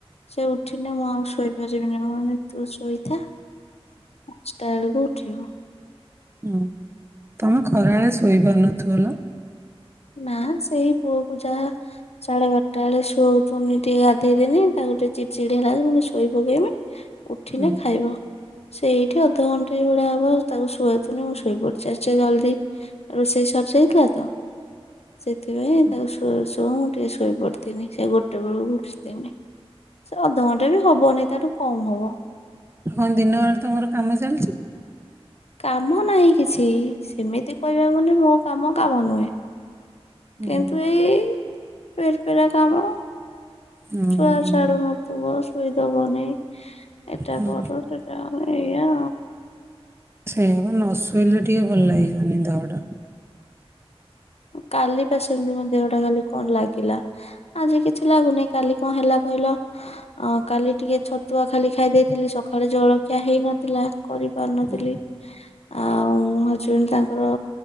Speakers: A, on the left (about 75°); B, on the right (about 25°).
A: ସେ ଉଠିନି ମୁଁ ଆଉ ଶୋଇପାରିବିନି ମାନ ତୁ ଶୋଇଥା ପାଞ୍ଚଟା ବେଳକୁ ଉଠିବ।
B: ହୁଁ ତମେ ଖରାବେେଳେ ଶୋଇପାରୁନଥିବ ନା?
A: ନା ସେଇ ପୁଅକୁ ଯାହା ସାଢେ ବାରଟା ବେଳେ ଶୁଆଉଛନ୍ତି ଟିକେ ଗାଧେଇଦନି ତାକୁ ଟିକେ ଚିଡି ଚିଡି ହେଲା ପୁଣି ଶୋଇ ପକେଇମି ଉଠିନେ
B: ହୁଁ।
A: ଖାଇବ। ସେଇଠି ଅଧଘଣ୍ଟାଏ ଭଳିଆ ହବ ତାକୁ ଶୁୋଇଥୁନି ମୁଁ ଶୋଇ ପଡୁଛିି ଆଜି ଟିକେ ଜଲଦି ରୋଷେଇ ସରିଯାଇଥିଲା ତ ସେ ସେଥିପାଇଁ
B: ଆଉ
A: ତାକୁ ଶୁଆ ମୁଁ ଟିକେ ଶୋଇ ପଡିଥିନି ସେ ଗୋଟେ ବେଳକୁ ଉଠିନି ସେ ଅଧଘଣ୍ଟା ବି ହବନି ତାଠୁ କମ ହବ।
B: କଣ ଦିନ ବଳେ ତମର କାମ ଚାଲିଛି?
A: କାମ ନାହିଁ କିଛି ସେମିତି କହିବା କୁ ଗଲେ ମୋ ତମ କାମ ନୁହେଁ।
B: ହୁଁ
A: କିନ୍ତୁ ଏଇ ପେର ପେରା କାମ।
B: ହୁଁ।
A: ଛୁଆ ଛାଡୁନ ତୁ ବସ୍। ଶୋଇଦେବନି। ଏଟା
B: ହୁଁ
A: କର ସେଟା <inaudible> ଏଇଆ
B: ସେଇଆ ପା ନ ଶୋଇଲେ ଟିକେ ଭଲ ଲାଗିବନି ଦେହଟା।
A: କାଲି ପା ସେମିତି ମୋ ଦେହଟା ଖାଲି କଣ ଲାଗିଲା, ଆଜି କିଛି ଲାଗୁନି କାଲି କଣ ହେଲା କହିଲ, ଅଁ କାଲି। ଟିକେ ଛତୁଆ ଖାଲି ଖାଇ ଦେଇଥିଲି ସକାଳେ ଜଳଖିଆ ହେଇନଥିଲା, କରିପାରୁନଥିଲି।
B: ହୁଁ।
A: ଆଉଁ ହଜବେଣ୍ଡ ତାଙ୍କର